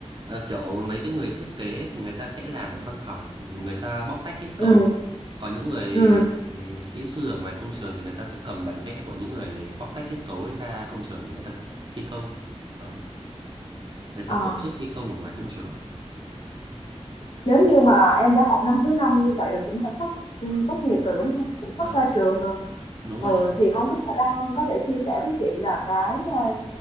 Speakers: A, on the right; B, on the left.
A: ờ, kiểu mấy cái người thiết kế thì người ta sẽ làm ở văn phòng người ta bóc tách kết cấu
B: ừ
A: còn những người
B: ừ
A: kỹ sư ở ngoài công trường thì người ta sẽ cầm bản vẽ của những người bóc tách kết cấu ấy ra công trường để người ta thi công đó. người ta
B: à,
A: tổ chức thi công ở ngoài công trường
B: nếu như mà em đã học năm thứ năm như vậy là cũng đã sắp ừ, tốt nghiệp rồi đúng không? Cũng sắp
A: vâng
B: ra trường rồi.
A: đúng
B: Ừ,
A: rồi chị ạ.
B: thì không biết là đang có thể chia sẻ với chị là cái ờ,